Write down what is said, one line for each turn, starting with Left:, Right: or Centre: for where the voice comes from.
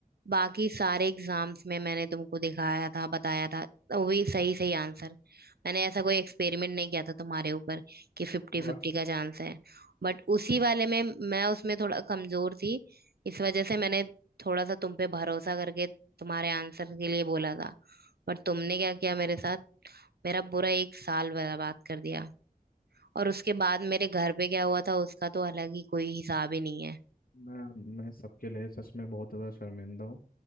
Right: बाकी सारे एग्जाम्स में मैंने तुमको दिखाया था बताया था तो वो भी सही सही आंसर मैंने ऐसा कोई एक्सपेरिमेंट नहीं किया था तुम्हारे ऊपर कि फिफ्टी फिफ्टी
Left: बाकी
Right: का चांस है बट उसी वाले में मैं उसमें थोड़ा कमजोर थी इस वजह से मैंने थोड़ा सा तुम पे भरोसा करके तुम्हारे आंसर के लिए बोला था पर तुमने क्या किया मेरे साथ मेरा पूरा एक साल बर्बाद कर दिया और उसके बाद मेरे घर पे क्या हुआ था उसका तो अलग ही कोई हिसाब ही नहीं है
Left: मैं मैं सबके लिए सच में बहुत ज़्यादा शर्मिंदा हूँ